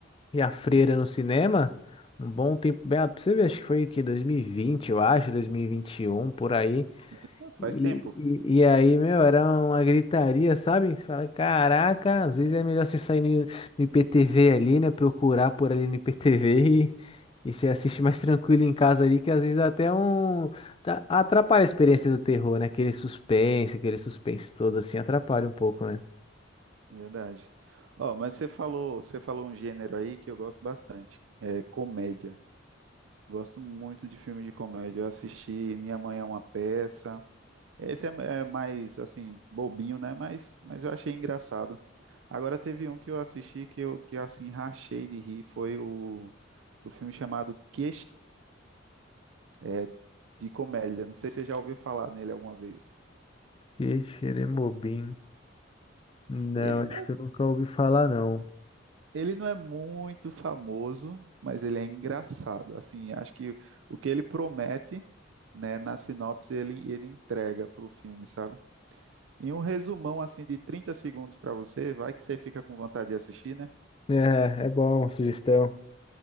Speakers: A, on the left; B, on the right.
A: e a Freira no cinema, um bom tempo, bem, ah, pra você ver, acho que foi que 2020 eu acho, dois mil e e vinte e um por aí.
B: Eita, faz
A: E,
B: tempo,
A: e, e aí, meu, era uma gritaria, sabe? Você fala, caraca, às vezes é melhor você sair no, no IPTV ali, né? Procurar por ali no IPTV <laughs> e, e você assiste mais tranquilo em casa ali, que às vezes dá até um. tá- atrapalha a experiência do terror, né? Aquele suspense, aquele suspense todo assim, atrapalha um pouco, né?
B: é verdade. Ó, mas você falou, você falou um gênero aí que eu gosto bastante, é comédia. Gosto muito de filme de comédia. Eu assisti Minha Mãe é uma Peça. Esse é é mais, assim, bobinho, né? Mas, mas eu achei engraçado. Agora teve um que eu assisti que eu, que eu assim, rachei de rir. Foi o, o filme chamado Que É de comédia. Não sei se você já ouviu falar nele alguma vez.
A: Que xeremobim. Não,
B: Ele
A: acho
B: não é,
A: que eu nunca ouvi falar, não.
B: ele não é muito famoso, mas ele é engraçado. Assim, acho que o que ele promete, né, na sinopse, ele, ele entrega para o filme, sabe? Em um resumão assim de 30 segundos para você, vai que você fica com vontade de assistir, né?
A: É, é bom, sugestão.